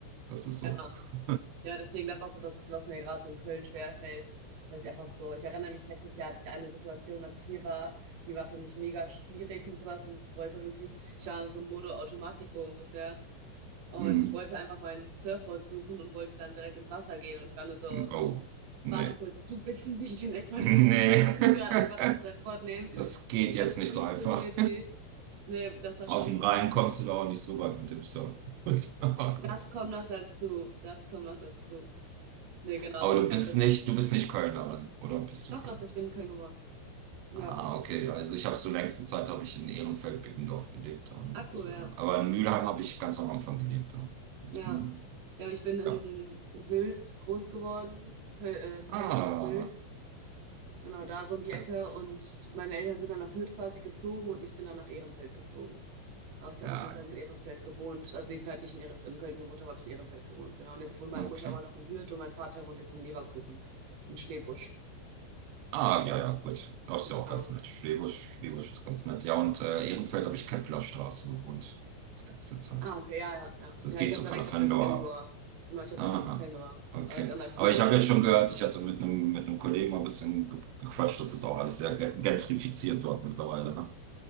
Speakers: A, on the right; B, on the right.
A: Das ist so.
B: Ja,
A: <laughs>
B: ja, deswegen das ist auch so das, was mir gerade so in Köln schwerfällt, dass ich einfach so, ich erinnere mich, letztes Jahr hatte ich eine Situation, als ich hier war, die war für mich mega schwierig und sowas und ich wollte wirklich, ich war so Modo Automatico ungefähr und
A: Mhm.
B: wollte einfach mein Surfboard suchen und wollte dann direkt ins Wasser gehen und ich war nur so,
A: Oh,
B: warte
A: nee.
B: kurz,
A: <laughs>
B: du bist <laughs> nicht in Ecuador,
A: Nee.
B: du kannst nicht
A: <laughs>
B: gerade einfach dein Surfboard nehmen,
A: Das geht
B: das
A: jetzt nicht
B: funktioniert
A: so einfach.
B: nicht. Nee, das war
A: Auf
B: schon
A: dem
B: ein bisschen,
A: Rhein kommst du da auch nicht so weit mit dem Surfen. <laughs>
B: Das kommt noch dazu. Das kommt noch dazu. Nee, genau, also
A: Aber
B: ich
A: du
B: merke
A: bist
B: das
A: nicht,
B: schon.
A: du bist nicht Kölnerin, oder bist
B: Doch,
A: du Kölnerin?
B: doch, ich bin in Köln geboren. Ja.
A: Ah, okay. Also ich habe so längste Zeit habe ich in Ehrenfeld-Beckendorf gelebt und
B: Ah, cool,
A: äh,
B: ja.
A: aber in Mülheim habe ich ganz am Anfang gelebt. Ja. Ganz-
B: Ja.
A: Mhm.
B: Ja, ich bin in
A: Ja.
B: Sülz groß geworden. Köl äh, Keltenberg-Sülz.
A: Ah,
B: Genau, da so in die Ecke.
A: okay.
B: Und meine Eltern sind dann nach Hürth quasi gezogen und ich bin dann nach Ehrenfeld gezogen. Aber ich
A: ja,
B: habe auch ganz lange in Ehrenfeld gewohnt. Also die Zeit, die ich in, Ehre- in Köln gewohnt habe, habe ich in Ehrenfeld gewohnt. Genau. Und jetzt wohnt meine
A: ja. Okay.
B: Mutter immer noch in Hürth und mein Vater wohnt jetzt in Leverkusen, in Schlebusch.
A: Ah, ja, ja, gut. Das ist ja auch
B: Ja.
A: ganz nett. Schlebusch, Schlebusch ist ganz nett. Ja, und äh, Ehrenfeld habe ich Kemplerstraße gewohnt. Letzte Zeit.
B: Ah, okay, ja, ja, ja.
A: Das
B: Ja,
A: geht
B: ich habe
A: so
B: direkt
A: von der Fendor
B: auf der Fendor.
A: ab.
B: Genau, ich habe direkt
A: Aha,
B: auf der Fendor.
A: okay.
B: Direkt an der 4
A: Aber ich
B: gewohnt.
A: habe jetzt schon gehört, ich hatte mit einem mit einem Kollegen mal ein bisschen ge- gequatscht, das ist auch alles sehr ge- gentrifiziert dort mittlerweile, ne?